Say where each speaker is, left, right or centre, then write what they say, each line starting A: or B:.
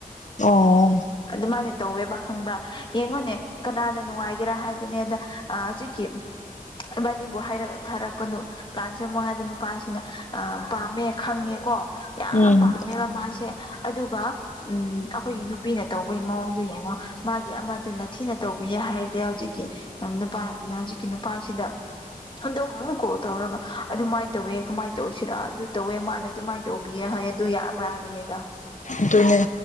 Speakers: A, on the left; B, on the left.
A: ꯑꯣ
B: ꯑꯗꯨꯃꯥꯏꯅ ꯇꯧꯋꯦꯕꯥ ꯈꯪꯕ꯭ꯔꯥ ꯌꯦꯡꯉꯣꯅꯦ ꯀꯅꯥꯅ ꯅꯨꯡꯉꯥꯏꯒꯦꯔꯥ ꯍꯥꯏꯕꯅꯦ ꯑꯗ ꯍꯧꯖꯤꯛꯀꯤ ꯏꯕꯥꯅꯤꯕꯨ ꯍꯥꯏꯔ ꯊꯥꯔꯛꯄꯅꯣ ꯄ꯭ꯂꯥꯟ ꯁꯦꯝꯃꯨ ꯍꯥꯏꯕ ꯅꯨꯄꯥꯁꯤꯅ ꯑ ꯄꯥꯝꯃꯦ ꯈꯪꯉꯦꯀꯣ ꯌꯥꯝ
A: ꯎꯝ
B: ꯄꯥꯝꯃꯦꯕ ꯃꯥꯁꯦ ꯑꯗꯨꯒ ꯎꯝ ꯑꯩꯈꯣꯏꯒꯤ ꯅꯨꯄꯤꯅ ꯇꯧꯕꯒꯤ ꯃꯑꯣꯡꯗꯨ ꯌꯦꯡꯉꯣ ꯃꯥꯒꯤ ꯑꯃꯗꯨ ꯅꯊꯤ ꯅ ꯇꯧꯕꯤꯌꯦ ꯍꯥꯏꯔꯗꯤ ꯍꯧꯖꯤꯛꯀꯤ ꯅꯨꯄꯥꯅ ꯍꯧꯖꯤꯛꯀꯤ ꯅꯨꯄꯥꯁꯤꯗ ꯑꯗꯨꯝ ꯀꯣꯜ ꯇꯧꯔꯒ ꯑꯗꯨꯃꯥꯏꯅ ꯇꯧꯋꯦ ꯀꯃꯥꯏꯅ ꯇꯧꯁꯤꯔ ꯑꯗꯨ ꯇꯋꯦ ꯃꯥꯅ ꯑꯗꯨꯃꯥꯏꯅ ꯇꯧꯕꯤꯌꯦ ꯍꯥꯏ ꯑꯗꯨ ꯌꯥꯕ꯭ꯔꯥ ꯍꯥꯏꯕꯅꯦꯗ
A: ꯑꯗꯨꯅꯦ